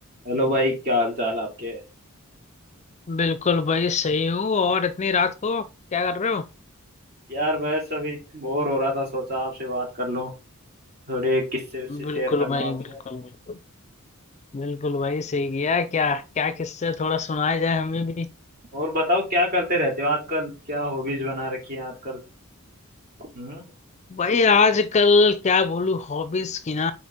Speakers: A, on the right; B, on the left.
A: Hello भाई क्या हाल चाल आपके
B: बिल्कुल भाई सही हूँ और इतनी रात को क्या कर रहे हो
A: यार बस अभी बोर हो रहा था सोचा आपसे बात कर लूं थोड़े किस्से उससे शेयर
B: बिल्कुल
A: कर लूं
B: भाई
A: आपसे
B: बिल्कुल बिल्कुल बिल्कुल भाई सही किया क्या क्या किससे थोड़ा सुनाया जाए हमें भी
A: और बताओ क्या करते रहते हो आजकल क्या हॉबीज बना रखी है आजकल हम्म
B: भाई आजकल क्या बोलूं हॉबीज की ना